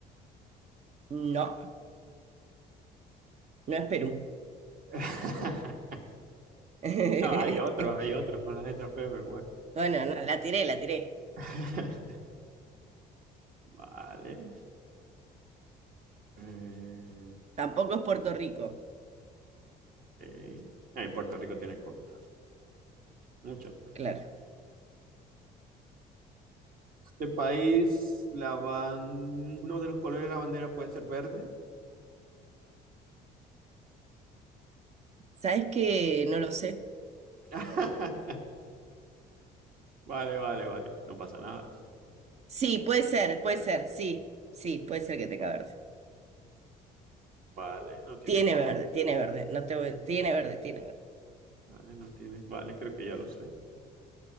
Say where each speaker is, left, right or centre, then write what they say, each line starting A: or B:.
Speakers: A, on the right; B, on the right.
A: no, no es Perú.
B: <laughs>
A: <laughs>
B: No, hay otros, hay otros con la letra P, pero bueno.
A: Bueno, no, la tiré, la tiré.
B: <laughs> Vale. Eh,
A: Tampoco es Puerto Rico,
B: ok. Eh, Puerto Rico tiene costa, mucha costa.
A: claro.
B: De país, la ban- uno de los colores de la bandera puede ser verde.
A: ¿Sabes qué? No lo sé.
B: <laughs> Vale, vale, vale. No pasa nada.
A: Sí, puede ser, puede ser, sí, sí, puede ser que tenga verde.
B: Vale, no tiene
A: Tiene
B: costa.
A: verde, tiene verde, no te voy- tiene verde, tiene verde.
B: Vale, no tiene. Vale, creo que ya lo sé.